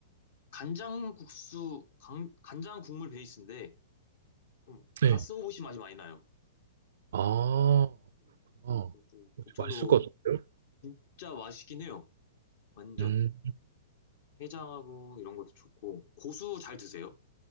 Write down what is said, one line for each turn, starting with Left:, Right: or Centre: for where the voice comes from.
Left: 간장국수, 간, 간장 국물 베이스인데 좀
Right: 네.
Left: 가스오부시 맛이 많이 나요.
Right: 아,
Left: 음,
Right: 아,
Left: 그리고 곱창도
Right: 맛있을 것 같은데요?
Left: 진짜 맛있긴 해요. 완전.
Right: 음.
Left: 해장하고 이런 것도 좋고. 고수 잘 드세요?